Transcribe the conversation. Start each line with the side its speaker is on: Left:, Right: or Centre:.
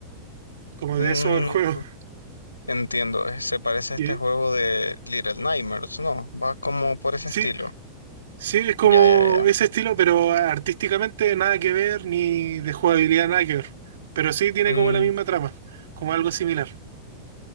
Right: como
Left: Mm,
Right: de eso el juego. <laughs>
Left: entiendo, eh, se parece a este
Right: Y-
Left: juego de Little Nightmares, ¿no? Va como por ese
Right: Sí,
Left: estilo.
Right: Sí, es como
Left: Ya, ya, ya.
Right: ese estilo, pero artísticamente nada que ver, ni de jugabilidad nada que ver. Pero sí tiene
Left: Mm,
Right: como la misma trama, como algo similar.